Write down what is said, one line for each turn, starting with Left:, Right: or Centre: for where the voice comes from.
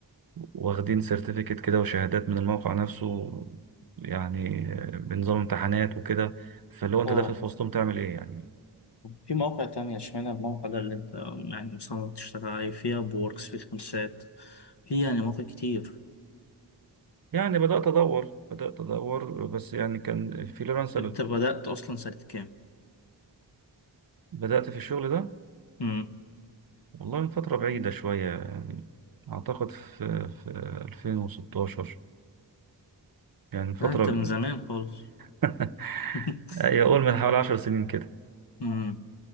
Right: واخدين سيرتيفيكت كده وشهادات من الموقع نفسه يعني آه، بنظام امتحانات وكده فاللي هو انت
Left: اه
Right: داخل في وسطهم تعمل ايه يعني
Left: في مواقع تانية اشمعنى الموقع ده اللي انت يعني مصمم تشتغل عليه فيها بوركس في خمسات في يعني مواقع كتير
Right: يعني بدأت أدور بدأت أدور بس يعني كان فريلانسر
Left: انت بدأت اصلا سنة كام؟
Right: بدأت في الشغل ده
Left: مم.
Right: والله من فترة بعيدة شوية يعني أعتقد في في 2016 يعني من فترة
Left: لا انت من زمان خالص
Right: <laughs>
Left: <laughs>
Right: أي أقول من حوالي 10 سنين كده
Left: مم.